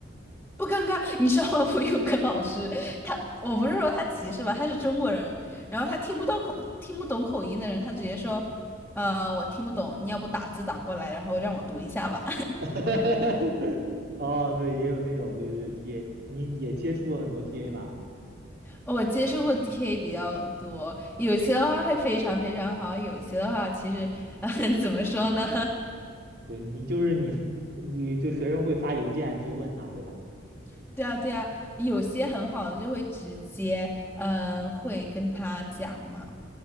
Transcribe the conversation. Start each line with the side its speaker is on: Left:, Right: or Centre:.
Centre: 不尴尬。你知道吗？<laughs> 我有个老师，他我不是说他歧视吧，他是中国人，然后他听不到口听不懂口音的人，他直接说，呃，我听不懂，你要不打字打过来，然后让我读一下吧。
Right: <laughs> 哦，对，也有那种就是 TA，你也接触过很多 TA 嘛？
Centre: 我接触过 <laughs> TA 比较多，有些的话会非常非常好，有些的话其实，<laughs> 嗯，怎么说呢？
Right: 对，你就是你，你就学生会发邮件去问他，对吧？
Centre: <laughs> 对啊，对啊，有些很好的就会直接，嗯，会跟他讲嘛。